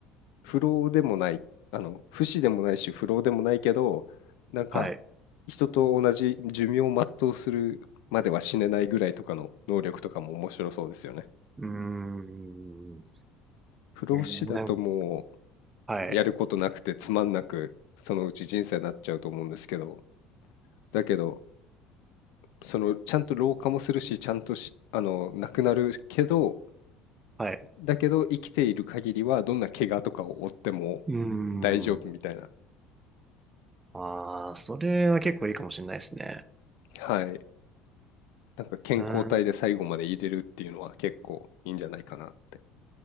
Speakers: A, on the left; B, on the right.
A: 不老でもない、あの、不死でもないし不老でもないけど、なんか
B: はい。
A: 人と同じ寿命を全うするまでは死ねないぐらいとかの能力とかも面白そうですよね。
B: うーん。
A: 不老不死だとも
B: えーなんはい。
A: うやることなくてつまんなくそのうち人生になっちゃうと思うんですけどだけどそのちゃんと老化もするしちゃんとしあのなくなるけど
B: はい。
A: だけど生きている限りはどんな怪我とかを負っても
B: うー
A: 大丈夫みたいな
B: ん。ああ、それは結構いいかもしれないですね。
A: はいなんか健康体で最後まで入れるっていうのは結構いいんじゃないかなって
B: うん。